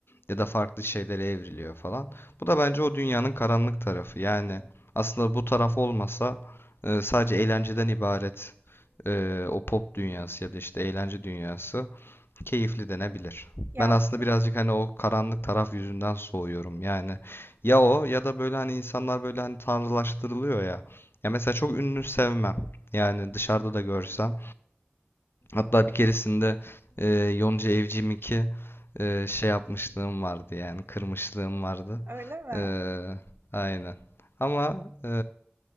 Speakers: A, on the left; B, on the right.
A: ya da farklı şeylere evriliyor falan. Bu da bence o dünyanın karanlık tarafı. Yani aslında bu taraf olmasa e, sadece eğlenceden ibaret e, o pop dünyası ya da işte eğlence dünyası keyifli denebilir.
B: Ya
A: Ben aslında
B: bu-
A: birazcık hani o karanlık taraf yüzünden soğuyorum. Yani ya o ya da böyle hani insanlar böyle hani tanrılaştırılıyor ya. Ya mesela çok ünlü sevmem. Yani dışarıda da görsem. Hatta bir keresinde e, Yonca Evcimik'i e, şey yapmışlığım vardı yani kırmışlığım vardı.
B: öyle mi?
A: E, aynen. Ama e,